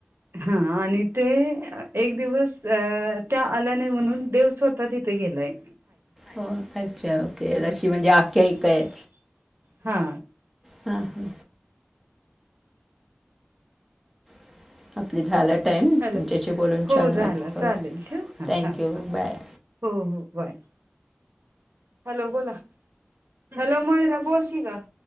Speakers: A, on the right; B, in the centre.
A: हा आणि ते एक दिवस अ त्या आल्या नाय म्हणून देव स्वतः तिथे गे लय
B: हो अच्छा ओके, अशी म्हणजे आख्यायिका आहे.
A: हा.
B: हा हा. <inaudible> आपली झाला टाईम,
A: हॅलो
B: तुमच्याशी बोलून
A: हो
B: छान
A: झाला
B: वाटलं,
A: चालेल ठेव हा
B: थँक्यू
A: हा हा
B: बाय.
A: हो हो, बाय. हॅलो! बोला हॅलो मयुरा बोल की गं.